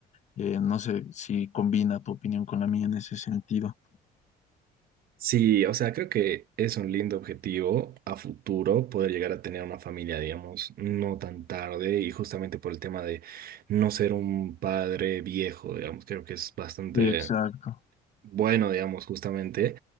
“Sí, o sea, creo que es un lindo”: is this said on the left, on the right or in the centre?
Right